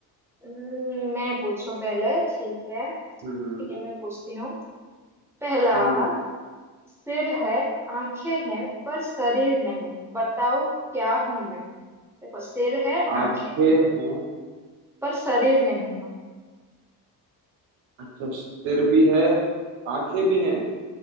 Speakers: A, in the centre; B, on the right (about 70°).
A: अम, मैं पूछूं पहले ठीक है ठीक
B: हम्म
A: है मैं पूछती हूँ पहला
B: हम्म
A: वाला सिर है आंखें हैं पर शरीर नहीं बताओ क्या हूं मैं देखो सिर है
B: आंखें
A: आंखें हैं
B: हैं
A: पर शरीर नहीं है
B: अच्छा सिर भी है आंखें भी हैं